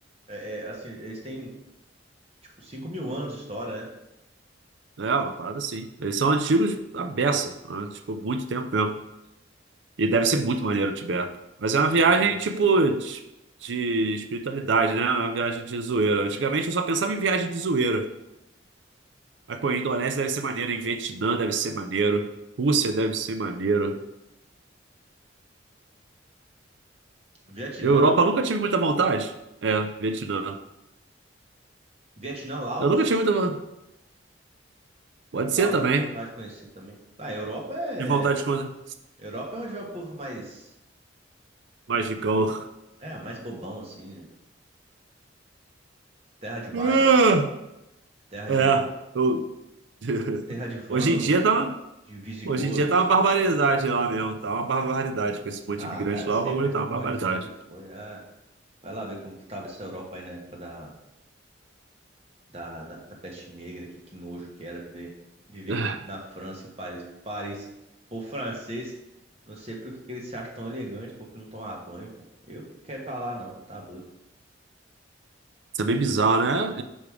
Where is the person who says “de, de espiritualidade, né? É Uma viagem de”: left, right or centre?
Right